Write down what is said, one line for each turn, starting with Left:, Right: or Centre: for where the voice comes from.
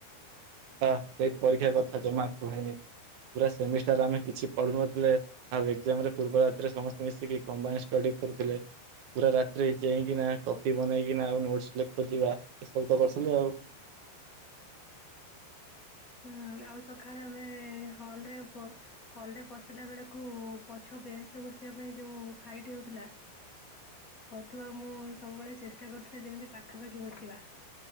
Right: ହ ସେଇ ପରୀକ୍ଷା କଥା ଜମା କୁହେନି। ପୁରା ସେମିଷ୍ଟାର ଆମେ କିଛି ପଢୁନଥିଲେ ଆଉ ଏକ୍ସାମ ରେ ପୂର୍ବ ରାତିରେ ସମସ୍ତେ ମିଶିକି କମ୍ବାଇନ ଷ୍ଟଡି କରୁଥିଲେ। ପୁରା ରାତିରେ ଚେଇଁକିନା କପି ବନେଇକିନା ଆଉ ନୋଟସ ଲେ ଖୋଜିବା ଏସବୁ ତ କରୁଥିଲି ଆଉ।
Left: <inaudible> ହୁଁ ଆଉ ସକାଳେ ଆମେ ହଲରେ ହଲ ରେ ପଶିଲା ବେଳକୁ ପଛ ବେଞ୍ଚ ରେ ବସିବା ପାଇଁ ଯୋଉ ଫାଇଟ ହେଉଥିଲା। ହ ତୁ ଆଉ ମୁଁ ସବୁବେଳେ ଚେଷ୍ଟା କରୁଥିଲି ଯେମିତି ପାଖାପାଖି ବସିବା।